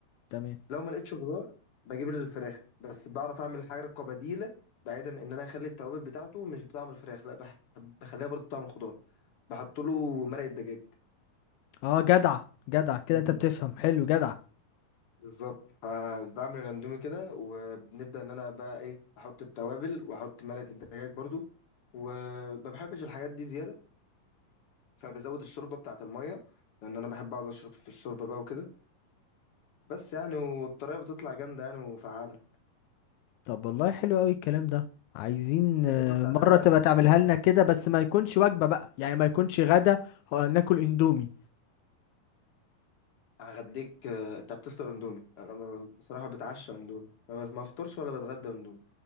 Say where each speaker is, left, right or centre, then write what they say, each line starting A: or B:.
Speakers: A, on the left (about 85°); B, on the left (about 55°).
A: تمام
B: لو ما لقيتش خضار بجيب الفراخ بس بعرف اعمل حاجه كبديله بعيدا ان انا اخلي التوابل بتاعته مش بطعم الفراخ لا بح- بخليها برضو بطعم الخضار بحط له مرق الدجاج
A: اه جدع جدع كده
B: مم.
A: انت بتفهم حلو جدع
B: بالظبط فبعمل الاندومي كده وبنبدا ان انا بقى ايه احط التوابل واحط مرقه الدجاج برضو وما بحبش الحاجات دي زياده فبزود الشوربه بتاعه الميه لان انا بحب اقعد اشرب في الشوربه بقى وكده بس يعني والطريقه بتطلع جامده يعني وفعاله
A: طب والله حلو قوي الكلام ده عايزين
B: في
A: آه،
B: طريقه بتعملها
A: مرة تبقى
B: غير
A: تعملها
B: كده ولا
A: لنا كده بس ما يكونش وجبة بقى يعني ما يكونش غدا آه، ناكل اندومي
B: هغديك آه، انت بتفطر اندومي انا ما- بصراحه بتعشى اندومي ما بت- ما بفطرش ولا بتغدى اندومي